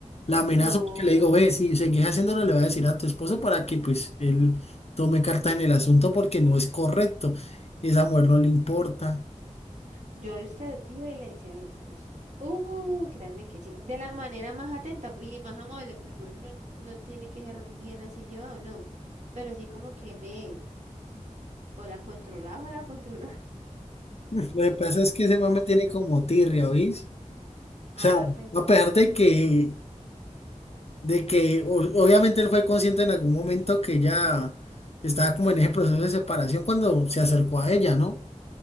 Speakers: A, on the left; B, on the right.
A: La amenaza
B: No.
A: porque le digo, ve, si seguís haciéndolo, le voy a decir a tu esposo para que pues él tome carta en el asunto porque no es correcto. Esa mujer no le importa.
B: Yo esta- iba y le decía al esposo. Uh, créanme que sí. De la manera más atenta y más amable, porque uno no, no tiene que ser bien así llevado, no. Pero sí como que ve. O la controlás o la controlás.
A: Lo que pasa es que ese mame tiene como tirria, ¿oís?
B: Ah,
A: O sea,
B: pues
A: a pesar de que de que o- obviamente él fue consciente en algún momento que ella estaba como en ese proceso de separación cuando se acercó a ella, ¿no?